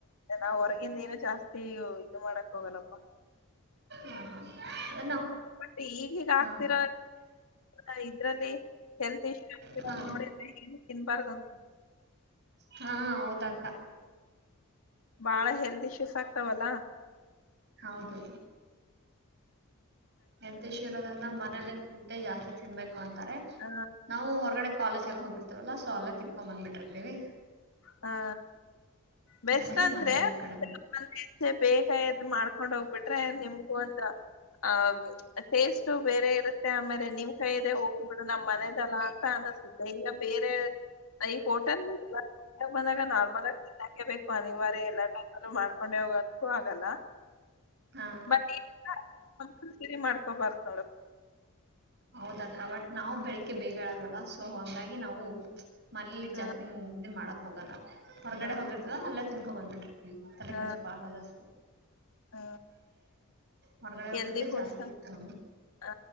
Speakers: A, on the left; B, on the right.
A: ನಾವ್ ಹೊರಗಿಂದ ಏನು ಜಾಸ್ ತಿ ಇದು ಮಾಡಕ್ ಹೋಗಲ್ಲಪ್ಪ
B: ಹಾ ಹಾ ಅಂದ್ರೆ ನಾವ್
A: ಬಟ್ ಈಗೀಗ
B: ಹಾ
A: ಆಗ್ತಿರ ಅ ಇದ್ರಲ್ಲಿ ಹೆಲ್ತ್ ಇಶ್ಯೂ
B: ಹಾ
A: ಆಗ್ರ ನೋಡಿದ್ರೆ ಏನು ತಿನ್ಬಾರ್ದನ್
B: ಹಾ ಹೌದಕ್ಕ.
A: ಬಾಳ ಹೆಲ್ತ್ ಇಶ್ಯೂ ತಿಸ್ ಆಕ್ತಾವಲ್ಲ
B: ಹೌದು ಹೆಲ್ತ್ ಇಶ್ಯೂ ಇರೋದಂಗ ಮನೇಲೆ ಜಾಸ್ತಿ ತಿನ್ಬೇಕ್ ಅಂತಾರೆ
A: ಹ
B: ನಾವು ಹೊರಗಡೆ ಕಾಲೇಜ್ಗೆಲ್ಲ ಹೋಗಿರ್ತವಲ್ಲ ಸೊ ಅಲ್ಲೆ ತಿನ್ಕೊಂಡ್ ಬಂದ್ಬಿಟ್ಟಿರ್ತೀವಿ.
A: ಹಾ ಬೆಸ್ಟ್
B: ಹಂಗಾಗಿ
A: ಅಂದ್ರೆ
B: ಮನೇಲಿ ಇದ್
A: <unintelligible>
B: ಕಡಿಮೆ
A: ಬೇಗ ಎದ್ ಮಾಡ್ಕೊಂಡ್ ಹೋಗ್ಬಿಟ್ರೆ ನಿಮ್ಗೂ ಅಂತ್ರ ಆ ಟೇಸ್ ಟು ಬೇರೆ ಇರುತ್ತೆ ಆಮೇಲೆ ನಿಮ್ ಕೈ ಇದೆ ಹೋಗ್ಲಿ ಬಿಡು ನಮ್ ಮನೆದಲ್ಲ ಅಂತ ಅನ್ನಸುತ್ತೆ. ಈಗ ಬೇರೆ ಈಗ್ ಹೋಟೆಲೆಲ್ಲ ಬಂದಾಗ ನಾರ್ಮಲ್ ಆಗ್ ತಿನ್ನೋಕೆ ಬೇಕು ಅನಿವಾರ್ಯ ಎಲ್ಲಾ ಟೈಮಲ್ಲೂ ಮಾಡ್ಕೊಂಡೆ ಹೋಗೋಕ್ಕೂ ಆಗಲ್ಲ.
B: ಹಾ
A: ಮತ್ತ <unintelligible> ಮಾಡ್ಕೊಬಾರ್ದು ನೋಡು.
B: ಹೌದಕ್ಕ ಬಟ್ ನಾವು ಬೆಳಿಗ್ಗೆ ಬೇಗ ಏಳಲ್ವಲ್ಲ ಸೊ ಹಂಗಾಗಿ ನಾವು ಮನೇಲಿ
A: ಹ
B: ಜಾಸ್ತಿ ನಿದ್ದೆ ಮಾಡ ಹೋಗಲ್ಲ. ಹೊರಗಡೆ
A: ಹ
B: ಹೋಗಿರ್ತಿವ ಅಲ್ಲೆ ತಿನ್ಕೊಂಡ್ ಬಂದ್ಬಿಟ್ಟಿ ತಲೆ
A: ಹ
B: ಕೆಡಿಸಿಕೊಳ್ಳಲ್ಲ ಜಾಸ್
A: ಹ
B: ಹೊರಗಡೆ ಹುಟ್ಟದ್ದೆ
A: ಹೆಲ್ದಿ ಫುಡ್ಸ್
B: ಜಾಸ್ತಿ
A: ಅಂತ
B: ಇತ್ತು
A: ಹ